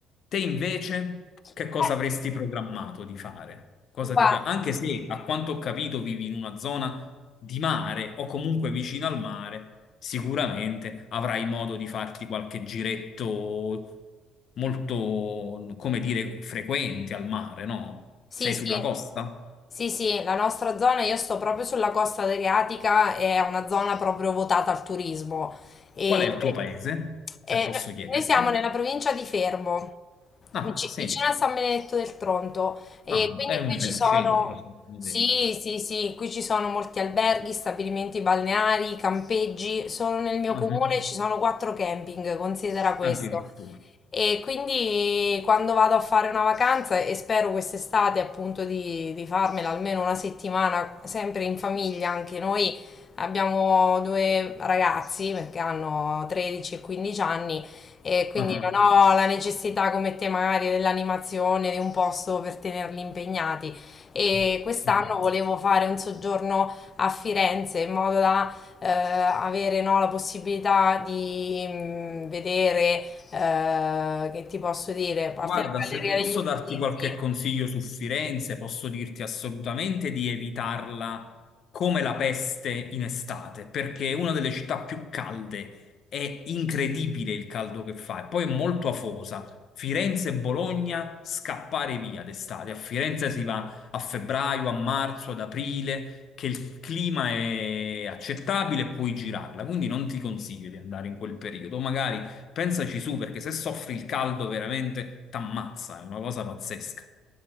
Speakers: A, on the left (about 60°); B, on the left (about 40°).
A: Te invece, che
B: Eh,
A: cosa avresti programmato di fare? Cosa
B: guarda.
A: ti piace? Anche se, a quanto ho capito, vivi in una zona di mare o comunque vicino al mare. Sicuramente avrai modo di farti qualche giretto molto, come dire, frequente al mare, no?
B: Sì,
A: Sei
B: sì.
A: sulla costa?
B: Sì, sì, la nostra zona, io sto proprio sulla costa adriatica, è una zona proprio votata al turismo. E,
A: Qual è il tuo paese, se
B: e
A: posso chiederti?
B: noi siamo nella provincia di Fermo,
A: Ah,
B: vici-
A: sì,
B: vicino a San Benedetto del Tronto, e
A: Ah,
B: quindi
A: è un
B: qui ci
A: bel
B: sono,
A: centro, se mi
B: sì,
A: hai detto.
B: sì, sì, qui ci sono molti alberghi, stabilimenti balneari, campeggi. Solo nel mio
A: Mhm.
B: comune ci sono quattro camping, considera questo.
A: Addirittura.
B: E quindi quando vado a fare una vacanza e spero quest'estate appunto di, di farmela almeno una settimana, sempre in famiglia, anche noi abbiamo due ragazzi perché hanno 13 e 15 anni e quindi
A: Ah,
B: non ho la necessità come te magari dell'animazione, di un posto per tenerli impegnati. E quest'anno
A: chiaro.
B: volevo fare un soggiorno a Firenze in modo da eh, avere no, la possibilità di mm, vedere eh, che ti posso dire? A parte
A: Guarda,
B: la Galleria
A: se posso
B: degli Uffizi.
A: darti qualche consiglio su Firenze, posso dirti assolutamente di evitarla come la peste in estate, perché è una delle città più calde, è incredibile il caldo che fa e poi è molto afosa. Firenze e Bologna, scappare via d'estate. A Firenze si va a febbraio, a marzo, ad aprile, che il clima è accettabile e puoi girarla, quindi non ti consiglio di andare in quel periodo, magari Pensaci su, perché se soffri il caldo veramente t'ammazza, è una cosa pazzesca.